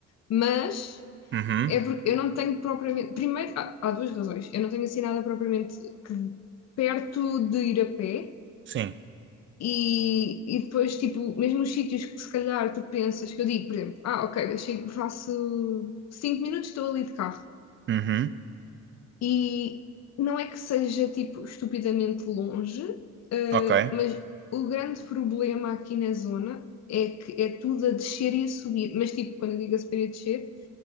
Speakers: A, on the left; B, on the right.
A: Mas
B: uhum.
A: é porque eu não tenho propriamente. Primeiro, há, há duas razões. Eu não tenho assim nada propriamente que- perto de ir a pé.
B: Sim.
A: E, e depois, tipo, mesmo os sítios que se calhar tu pensas, que eu digo, por exemplo, ah, ok, eu chego, faço 5 minutos, estou ali de carro.
B: Uhum.
A: E não é que seja, tipo, estupidamente longe, eh,
B: Ok.
A: mas o grande problema aqui na zona é que é tudo a descer e a subir. Mas, tipo, quando eu digo a subir e a descer,